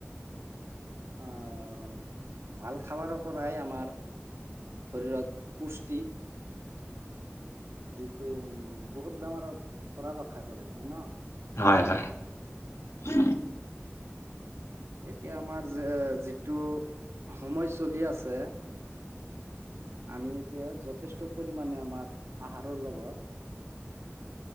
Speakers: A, on the right (about 65°); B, on the left (about 70°).
A: আহ ভাল খাবাৰ পৰাই আমাৰ, শৰীৰত পুষ্টি। যিটো উম বহুত বেমাৰৰ পৰা ৰক্ষা কৰে, হয়ন
B: হয় হয়। উম
A: এতিয়া আমাৰ যে যিটো সময় চলি আছে, আমি এতিয়া যথেষ্ট পৰিমাণে আমাৰ আহাৰৰ লগত।